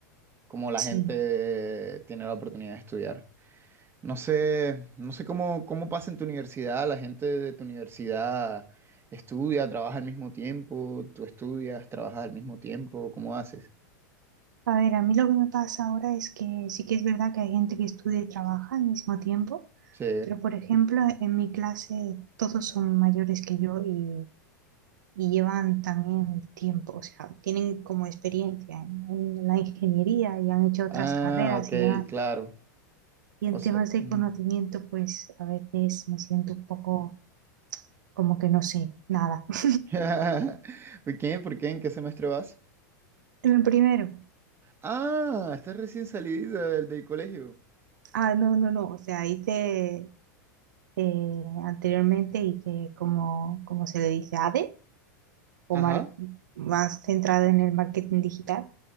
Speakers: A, on the right (about 25°); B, on the right (about 80°).
A: Como la
B: sí.
A: gente eh, tiene la oportunidad de estudiar. No sé, no sé cómo, cómo pasa en tu universidad, la gente de tu universidad estudia, trabaja al mismo tiempo, tú estudias, trabajas al mismo tiempo, ¿cómo haces?
B: A ver, a mí lo que me pasa ahora es que sí que es verdad que hay gente que estudia y trabaja al mismo tiempo,
A: Sí.
B: pero por ejemplo, en mi clase todos son mayores que yo y, y llevan también tiempo, o sea, tienen como experiencia en, en la ingeniería y han hecho otras
A: Ah,
B: carreras
A: ok,
B: y demás.
A: claro.
B: Y en
A: O sea,
B: temas de
A: mm.
B: conocimiento, pues a veces me siento un poco como que no sé nada. <laughs>
A: <laughs> ¿Por qué? ¿Por qué? ¿En qué semestre vas?
B: En el primero,
A: Ah, estás recién salido del, del colegio.
B: ah, no, no, no, o sea, hice eh, anteriormente hice como, como se le dice, ADE, o
A: Ajá,
B: mar- más centrado en el marketing digital,